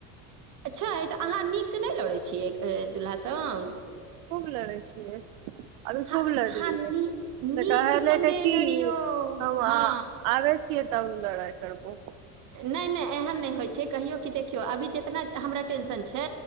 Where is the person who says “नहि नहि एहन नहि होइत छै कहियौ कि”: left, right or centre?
Right